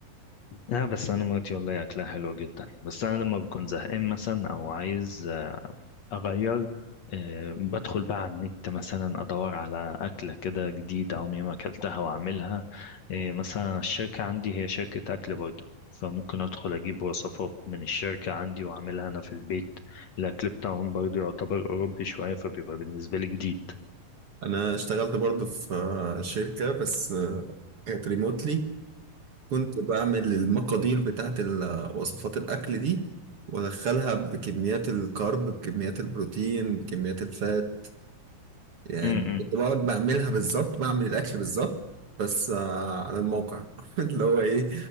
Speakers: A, on the left; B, on the right.
A: لا بس أنا مراتي والله أكلها حلو جدا بس أنا لما بكون زهقان مثلا أو عايز أغير آه، بدخل بقى على النت مثلا أدور على أكلة كده جديدة عمري ما أكلتها وأعملها آه، مثلا الشركة عندي هي شركة أكل برضه فممكن أدخل أجيب وصفات من الشركة عندي وأعملها أنا في البيت الأكل بتاعهم برضه يعتبر أوروبي شوية فبيبقى بالنسبة لي جديد
B: انا اشتغلت برضه في آه، شركه بس آه، كانت ريموتلي كنت بعمل المقادير بتاعت ال- وصفات الاكل دي وادخلها بكميات الكارب بكميات البروتين بكميات الفات يعني
A: امم
B: كنت بقعد بعملها بالظبط بعمل الأكل بالظبط بس آه، على الموقع <laughs> اللي هو إيه